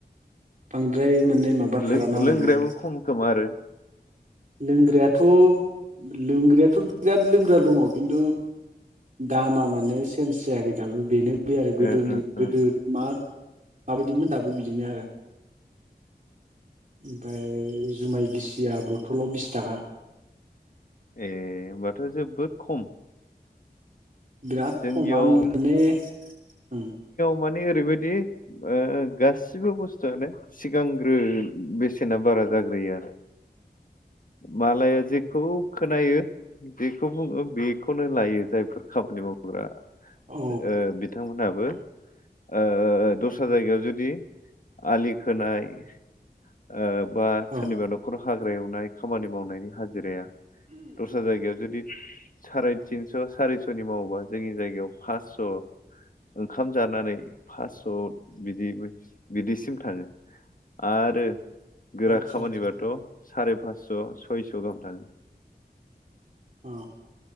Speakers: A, on the right (about 50°); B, on the left (about 50°).
A: बांद ओफ्राय माने माबा खालामा
B: लों- लोंग्रायाबो
A: माने
B: खम खोमा आरो
A: लोंग्रायाथ लोंग्रायाथ बिराद लों ग्रा दङ खिन्थु दामा मो नो चेन्ज जायाखै दाबो बेनो बे आरो गोदोनि
B: ओ ओ
A: गोदो
B: ओ
A: मा माबायदिमोन दाबो बिदिनो आरो ओमफ्राय जुमाय गिसिया बर बथलाव बिस थाखा
B: ए होनबाथ जोबोद खम
A: बिराद
B: जोंनियाव
A: खम आं माने उम
B: मानि ओरैबायदि ओ गासि सैबो बस्थुआनो सि सिगांग्रो बेसेना बारा जाग्रोयो आरो मालाया जेखौ खोनायो जेखौ बुङो बेखौनो लायो जायफोर खामानि मावग्रा
A: औ
B: ओ बिथांमोनाबो ओ दस्रा दस्रा जायगायाव जुदि आलि खोनाय ओ बा
A: औ
B: सोरनिबा नखराव हाग्रा एवनाय खामानि मावनायनि हा जिराया दस्रा जायगायाव जुदि <unintelligible> साराय तिनस सारिसनि मावोबा जोंनि जायगायाव फासस ओंखाम जानानै पासस बिदिबो बिदिसिम थाङो आरो गोरा
A: आदसा
B: खामानिबाथ
A: आदसा
B: साराय फासस सयस गाहाम थाङो
A: अ